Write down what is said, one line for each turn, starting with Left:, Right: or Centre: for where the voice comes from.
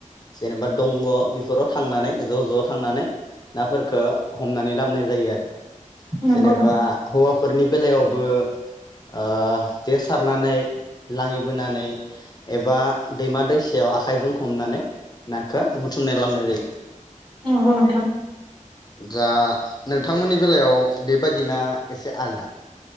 Left: जेनेबा दंग' बेफोराव थांनानै ज' ज' थांनानै नाफोरखौ हमनानै लाबोनाय जायो आरो।
Right: नंगौ
Left: जेनेबा
Right: नोंथां
Left: हौवाफोर फोरनि बेलायावबो ओ जे सारनानै लाङिबोनानै एबा दैमा दैसायाव आखाइजों हमनानै नाखौ बुथुमना लाबनाय जायो। ‌
Right: नंगौ नोंथां
Left: दा नोंथांमोननि बेलायाव बेबादिना एसे आलदा